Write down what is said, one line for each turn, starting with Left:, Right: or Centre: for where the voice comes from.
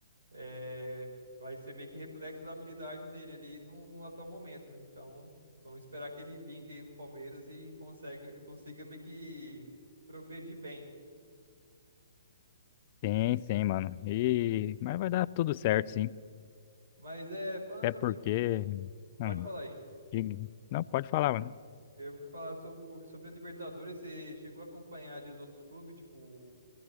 Right: é... vai ser meio que reflexo da habilidade dele ali no atual momento, né? Então, vamos esperar que ele vingue aí no Palmeiras e consiga, consiga meio que progredir bem.
Left: Sim, sim, mano. E... Mas vai dar tudo certo, sim.
Right: Mas é, falando
Left: Até
Right: sobre.
Left: porque.
Right: li- li-
Left: Não,
Right: Pode falar aí.
Left: diga- não, pode falar, mano.
Right: Eu ia falar sobre, sobre a Libertadores, você chegou a acompanhar ali os outros clubes, tipo,